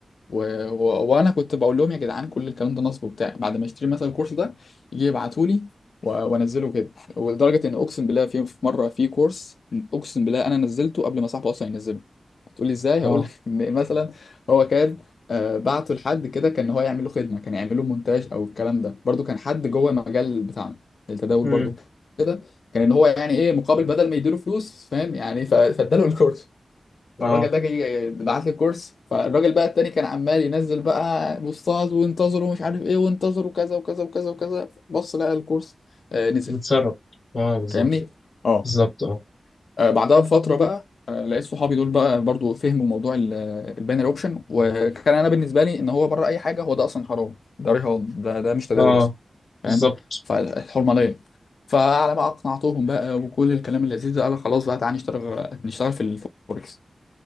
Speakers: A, on the left; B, on the left.
A: و... و... وانا كنت بقول لهم يا جدعان كل الكلام ده نصب وبتاع بعد ما اشتري مثلا الكورس ده يجي يبعتوا لي و... وانزله كده ولدرجه ان اقسم بالله في في مره في كورس اقسم بالله انا نزلته قبل ما صاحبه اصلا ينزله هتقول لي ازاي
B: اه
A: هقول لك <laughs> ان مثلا هو كان آه، بعته لحد كده كان هو يعمل له خدمه كان يعمل له مونتاج او الكلام ده برضو كان حد جوه المجال بتاعنا التداول
B: امم
A: برضو كده كان ان هو يعني ايه مقابل بدل ما يديله فلوس فاهم يعني ف- فاداله الكورس فالراجل
B: اه
A: ده جاي بعت لي كورس فالراجل بقى التاني كان عمال ينزل بقى بوستات وانتظروا مش عارف ايه وانتظروا كذا وكذا وكذا وكذا بص لقى الكورس آه، نزل
B: متسرب اه بالظبط
A: فاهمني اه
B: بالظبط اه
A: آه، بعدها بفترة بقى آه، لقيت صحابي دول بقى برضو فهموا موضوع الباينري اوبشن وكان انا بالنسبة لي ان هو بره اي حاجة هو ده اصلا حرام ده رهان ده ده مش تداول
B: اه
A: اصلا فاهم
B: بالظبط
A: فالحرمة ليا فعلى ما اقنعتهم بقى وكل الكلام اللذيذ ده قال خلاص بقى تعالى نشتغل نشتغل في الفوركس